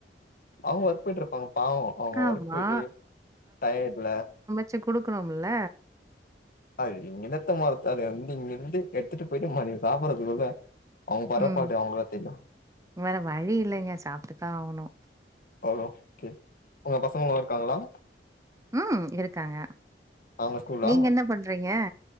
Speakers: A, on the left; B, on the right.
A: அவுங்க ஒர்க் போயிட்டு இருப்பாங்க பாவோ அவுங்க
B: ஆமா.
A: ஒர்க் போயிட்டு டயர்டுல்ல
B: ச்சு குடுக்கணுமில்ல
A: அது இங்கினேத்து எடுத்து மரத்து அது வந்து இங்கிருந்து எடுத்துட்டு போயிட்டு மதியோ சாப்புறதுக்குள்ள அவ்ங்க பரப்பாடு
B: ம்.
A: அவுங்களுக்க தெரியு
B: வேற வழி இல்லங்க சாப்ட்டு தா ஆவணு
A: ஆல் ஓகே உங்க பசங்க நல்லா இருக்காங்களா
B: ம் இருக்காங்க
A: அவங்க ஸ்கூலா
B: நீங்க என்ன பண்றீங்க